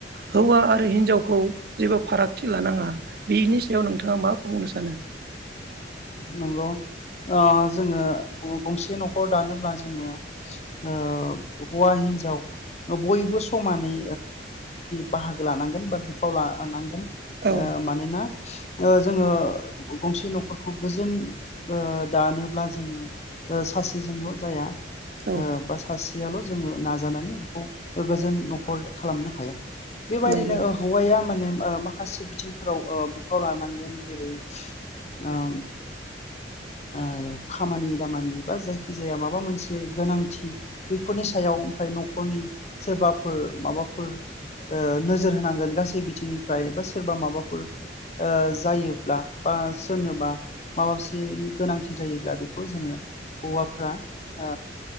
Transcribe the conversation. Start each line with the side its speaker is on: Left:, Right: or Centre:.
Right: हौवा आरो हिनजावखौ जेबो फारागथि लानाङा बेनि सायाव नोंथाङा मा बुंनो सानो
Left: नंगौ ओ जोङो गंसे न'खर दानोब्ला जोङो ओ हौवा हिन्जाव बयबो समानै बाहागो लानांगोन बा बिफाव लानांगोन ओ
Right: औ
Left: मानोना ओ जोङो गंसे न'ख खर गोजोन दानोब्ला जोङो सासेजोंल' जाया।
Right: औ
Left: ओ बा सासे याल' जोङो नाजानानै बेखौ गोजोन न'खर खालामनो हाया। बेबायदिनो
Right: नंगौ
Left: ओ हौवाया मान नेम ओ माखासे बिथिंफोराव ओ थ लानांगोन जेरै- ओम ओ खामानि दामानि बा जायखिजाया माबा मोनसे गोनांथि बैफोरनि सायाव ओमफ्राय न'खरनि सोरबाफोर माबाफोर ओ नोजोर होनांगोन गासै बिथिंनिफ्राय बा सोरबा माबाफोर ओ जायोब्ला बा सोरनोबा माबासेनि गोनांथि जायोब्ला बेखौ जोङो हौवाफ्रा ओ